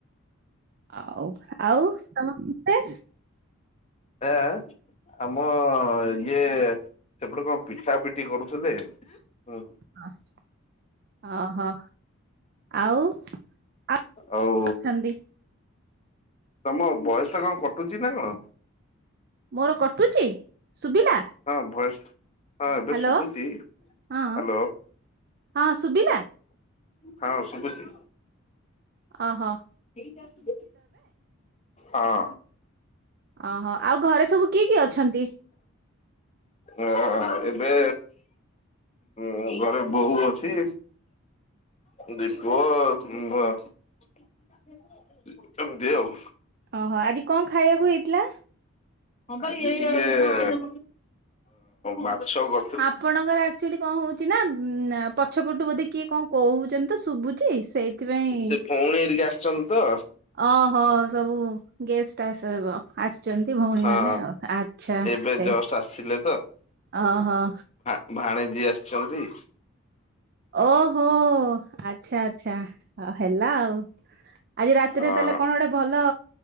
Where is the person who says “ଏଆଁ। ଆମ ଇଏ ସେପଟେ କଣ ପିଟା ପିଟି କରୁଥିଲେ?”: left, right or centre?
Left